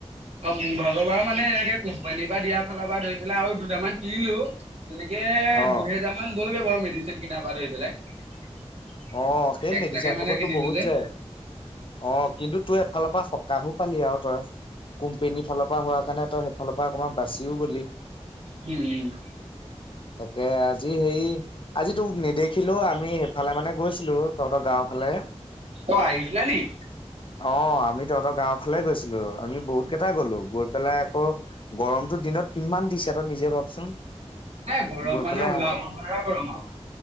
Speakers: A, on the right (about 70°); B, on the left (about 50°).
A: অ', মোৰ ভাগৰ পৰা মানে এনেকে কোম্পানীৰ পৰা, দিয়াৰ ফালৰ পৰা ধৰি পেলাই আৰু দুটামান কিনিলো। তেনেকে
B: অ'
A: দুহেজাৰ মান গ'লগে বাৰু মেডিচিন কিনাৰ পা ধৰি পেলাই।
B: অ', সেই
A: এক্সট্ৰাকে
B: মেডিচন
A: মানে
B: খোপাটোত
A: কিনিলো
B: বহুত
A: যে
B: যায়। অ' কিন্তু তো এফালৰ পৰা সকাহো পালি আৰু তই, কোম্পেনী ফালৰ পৰা হোৱাৰ কাৰণে তই ফালৰ পৰা অকণমান বাচিও গ'লি।
A: উম',।
B: তাকে আজি হেৰি, আজি তোক নেদেখিলো আমি সেইফালে মানে গৈছিলো তহঁতৰ গাওঁ ফালে।
A: অ', আহিছিলা নেকি?
B: অ', আমি তহঁতৰ গাওঁ ফালে গৈছিলো, আমি বহুত কেইটাই গ'লো। পেলাই আকৌ গৰমটো দিনত কিমান দিছে তই নিজে ভাবচোন।
A: এ গৰম
B: গৈ
A: মানে
B: পেলাই,
A: ওলাব নোৱাৰা গৰম আৰু